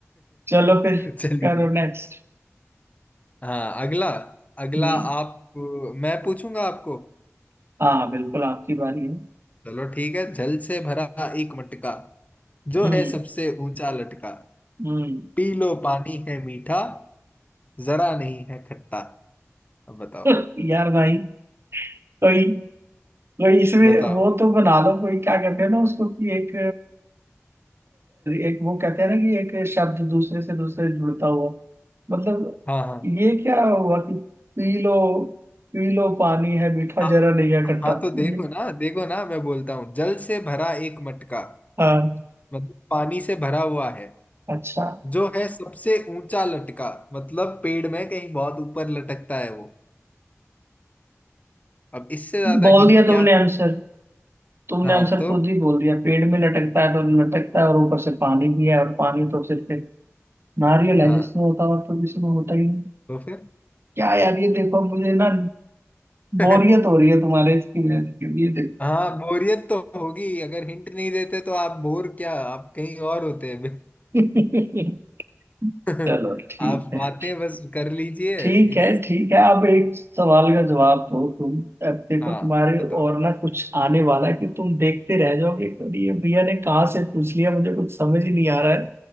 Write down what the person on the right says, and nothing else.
चलो फिर
करो नेक्स्ट
हम्म
हाँ बिल्कुल आपकी बारी है
हम्म
हम्म
<laughs> यार भाई कोई कोई इसमें
वो तो बना लो कोई क्या कहते हैं ना उसको कि एक एक वो कहते हैं ना कि एक शब्द दूसरे से दूसरे जुड़ता हुआ मतलब
ये क्या हुआ कि पी लो पी लो पानी है मीठा
जरा नहीं है खट्टा
ये
हाँ
अच्छा
बोल
दिया तुमने
आंसर तुमने
आंसर
खुद ही बोल दिया पेड़ में लटकता है तो लटकता है और ऊपर से पानी भी है और पानी तो सिर्फ एक नारियल है
जिसमें होता हुआ तो किसी में होता ही नहीं
क्या यार ये देखो मुझे ना
बोरियत हो रही है तुम्हारे इसकी वजह से ये देखो
<laughs>
चलो ठीक
है
ठीक
है ठीक है अब एक सवाल का जवाब दो तुम अब देखो
तुम्हारे
और ना कुछ आने वाला है कि तुम देखते रह जाओगे कि ये भैया ने कहाँ से पूछ लिया मुझे कुछ समझ ही नहीं आ रहा है